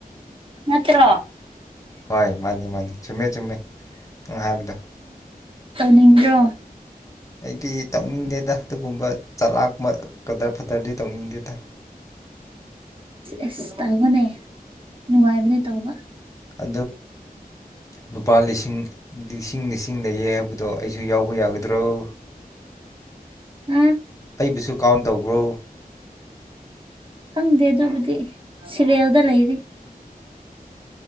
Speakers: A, on the right; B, on the left.
A: ꯅꯠꯇ꯭ꯔꯣ
B: ꯍꯣꯏ ꯃꯥꯅꯤ ꯃꯥꯅꯤ ꯆꯨꯝꯃꯦ ꯆꯨꯝꯃꯦ ꯍꯥꯏꯕꯗꯣ
A: ꯇꯧꯅꯤꯡꯕ꯭ꯔꯣ
B: ꯑꯩꯗꯤ ꯇꯧꯅꯤꯡꯗꯦ ꯑꯗꯨꯒꯨꯝꯕ ꯆꯂꯥꯛꯄ ꯀꯗꯔ ꯐꯗ꯭ꯔꯗꯤ ꯇꯧꯅꯤꯡꯗꯦꯗ
A: ꯑꯦꯁ ꯇꯧꯕꯅꯦ ꯅꯨꯡꯉꯥꯏꯕꯅꯦ ꯇꯧꯕ
B: ꯑ ꯂꯨꯄꯥ ꯂꯤꯁꯤꯡ ꯂꯤꯁꯤꯡ ꯂꯤꯁꯤꯡ ꯂꯩꯌꯦ ꯍꯥꯏꯕꯗꯣ ꯑꯩꯁꯨ ꯌꯥꯎꯕ ꯌꯥꯒꯗ꯭ꯔ ꯭ꯔꯣ
A: ꯑ
B: ꯑꯩꯕꯨꯁꯨ ꯀꯥꯎꯟ ꯇꯧꯕ꯭ꯔꯣ
A: ꯈꯪꯗꯦ ꯑꯗꯨꯕꯨꯗꯤ ꯁꯤꯔꯦꯜꯗ ꯂꯩꯔꯤ